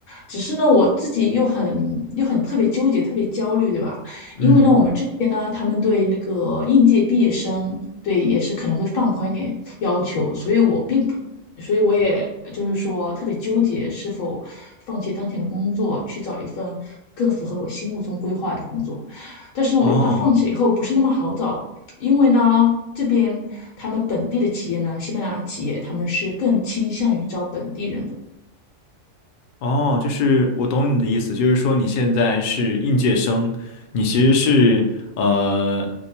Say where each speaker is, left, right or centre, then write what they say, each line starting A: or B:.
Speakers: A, on the left (about 80°); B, on the left (about 65°).
A: 只是呢，我自己又很又很特别纠结，特别焦虑，对吧？
B: 嗯，
A: 因为呢，我们这边呢，他们对那个应届毕业生，对也是可能会放宽一点要求，所以我并不，所以我也就是说特别纠结，是否放弃当前的工作，去找一份更符合我心目中规划的工作。但是呢，
B: 哦。
A: 我又怕放弃以后不是那么好找，因为呢，这边他们本地的企业呢，西班牙企业他们是更倾向于招本地人的。
B: 哦，就是我懂你的意思，就是说你现在是应届生，你其实是呃，